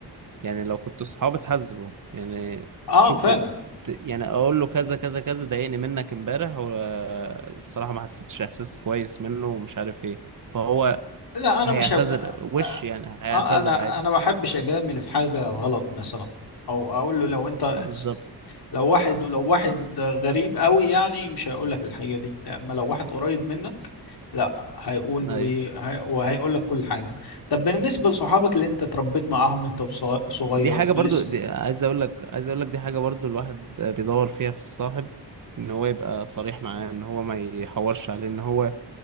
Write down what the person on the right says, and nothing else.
يعني لو كنتوا صحاب تحاسبه يعني
تشوفوا
ت- يعني اقول له كذا كذا كذا ضايقني منك امبارح والصراحة ما حسيتش احساس كويس منه ومش عارف ايه فهو
هيعتذر
وش
يعني هيعتذر
عادي
بالظبط
ايوه
دي حاجة برضو
دي عايز اقول لك عايز اقول لك دي حاجة برضو الواحد بيدور فيها في الصاحب ان هو يبقى صريح معاه ان هو ما يحورش عليه ان هو